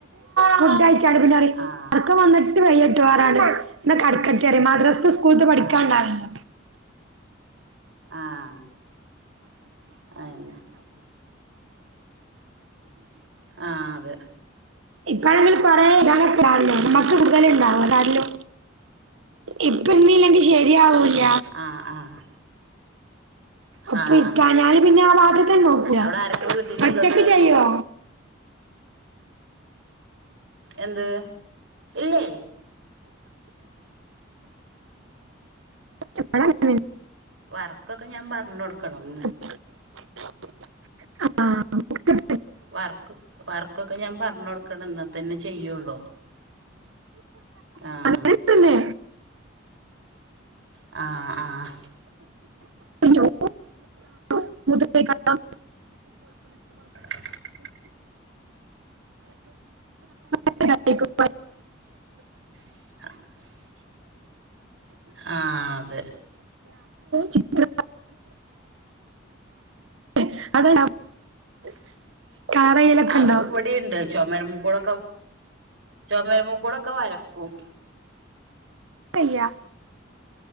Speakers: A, on the right; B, on the right.
A: ഫുഡ്‌ കഴിച്ചആൻഡ്
B: ആഹ്
A: ഉറകം വന്നിട്ട് വയട്ടോ പറഞ്ഞാണ്ട് പിന്നെ കടക്കട്ടെ പറയും മദ്ര സ്തെ സ്കൂൾതെ പഠിക്കാൻണ്ടാവില്ലോ.
B: ആഹ് ആഹ <inaudible> ആഹ് അതെ.
A: ഇപ്പൊ ആണങ്കിൽ കൂടുതലും
B: പിന്നെ
A: <unintelligible> ഇപ്പര്ന്നീല്ലെങ്കിൽ ശരിയാവൂല്ല.
B: ആഹ് ആഹ്
A: ഒപ്പ
B: ആഹ്
A: ഇരിക്കാഞ്ഞാല് പിന്നെ ആ വാത്തക്കെന്നെ നോക്കല
B: അവിടെ ആരൊക്കെ വീട്ടിലുള്ളത്
A: ഒറ്റക് ചെയ്യോ?
B: എന്ത് ഇലെയ്?
A: എപ്പളാ നിങ്ങൾ
B: വർക്കൊക്കെ ഞാൻ പറഞ് കൊടുക്കണം
A: <unintelligible> <inaudible>
B: വർക്ക് വർക്കൊക്കെ ഞാൻ പറഞ് കൊടുക്കണം എന്നാൽ തന്നെ ചെയ്യുള്ളൂ. ആഹ
A: അങ്ങനെ തന്നെ.
B: ആ ആ
A: ചോറ് <unintelligible> <inaudible>
B: <unintelligible> <inaudible>
A: <unintelligible> <inaudible>
B: <inaudible> ആഹ് അതെ
A: ചിത്രം <unintelligible> <inaudible> കാറയിലൊക്കെ
B: അഹ്
A: ഉണ്ടോ
B: ഇവിടിണ്ട് ചൊമര്മ്മ ക്കൂടൊക്കെ ചുമര്മ്മക്കൂടൊക്കെ വരക്കും.
A: പെയ്യ.